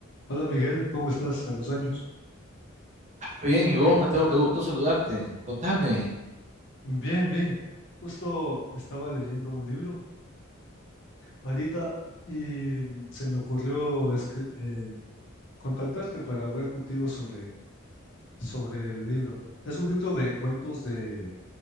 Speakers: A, on the left; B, on the right.
A: Hola Miguel, ¿cómo estás? A los años.
B: Bien, y vos, Mateo, qué gusto saludarte. Contame,
A: Bien, bien. Justo estaba leyendo un libro ahorita y se me ocurrió es que, eh, contactarte para hablar contigo sobre, sobre el libro. Es un libro de cuentos de,